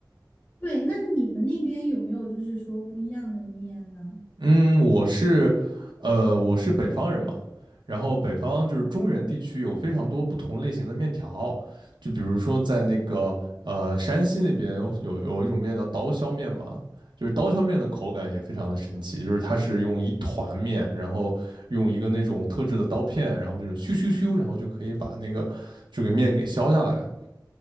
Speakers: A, on the left (about 25°); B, on the right (about 85°).
A: 对，那你们那边有没有就是说不一样的面呢？
B: 嗯，我是呃我是北方人嘛，然后北方就是中原地区有非常多不同类型的面条，就比如说在那个呃山西那边有有有一种面叫刀削面嘛。就是刀削面的口感也非常的神奇，就是它是用一团面，然后用一个那种特制的刀片，然后就是咻咻咻，然后就可以把那个这个面给削下来，